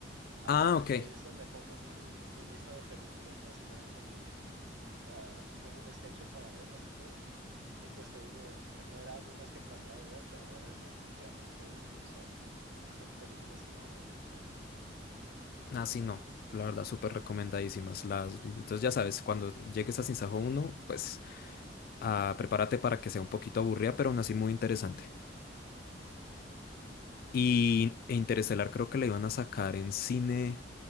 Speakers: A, on the right; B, on the left.
A: ah,
B: Ah, ok.
A: y ahí es donde pongo mi, mi lista de películas, básicamente mi, ah, pongo un schedule para verlas y todo, y pues te digo, eh, no eran unas que planeaba ver, pero ahora definitivamente son, son películas que voy a ver.
B: Ah, sí, no. La verdad, súper recomendadísimas. Las... Entonces, ya sabes, cuando llegues a Sinsajo uno, pues ah, prepárate para que sea un poquito aburrida, pero aún así muy interesante. Y e Interestelar creo que la iban a sacar en cine,